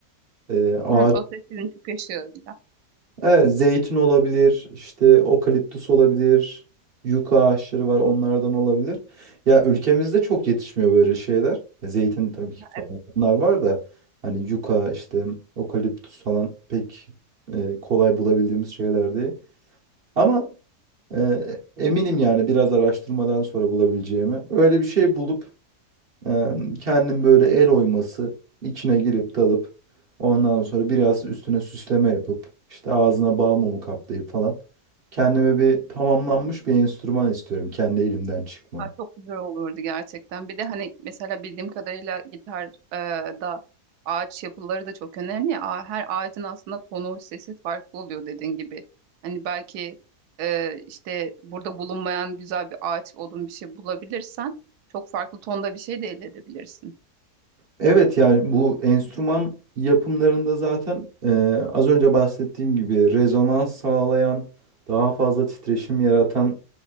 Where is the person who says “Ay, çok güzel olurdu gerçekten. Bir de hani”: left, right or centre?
Right